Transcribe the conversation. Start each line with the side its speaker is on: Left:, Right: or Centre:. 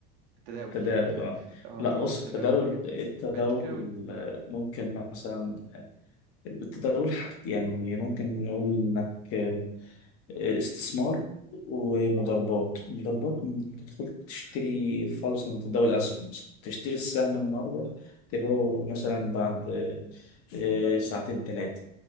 Right: التداول
Left: تداول
Right: <laughs>
Left: اه
Right: اه
Left: لا
Right: برامج
Left: بص
Right: التداول
Left: التداول
Right: حاجات
Left: التداول
Right: بقت كتير قوي
Left: آه، ممكن مثلا التداول حاجة يعني ممكن نقول انك استثمار ومضاربات مضاربات تدخل تشتري فرصة من تداول الأسهم مثلا تشتري السهم النهاردة تبيعه مثلا بعد آه، آه، ساعتين ثلاثة